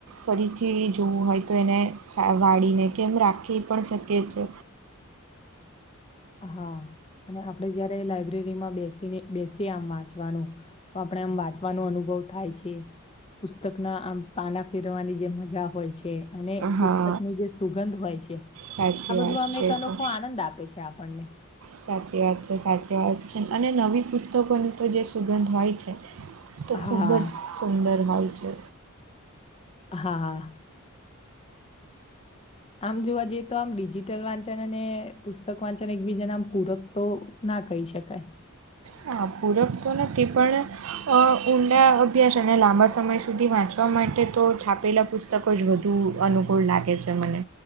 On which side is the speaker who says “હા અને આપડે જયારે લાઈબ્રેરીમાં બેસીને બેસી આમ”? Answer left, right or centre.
Left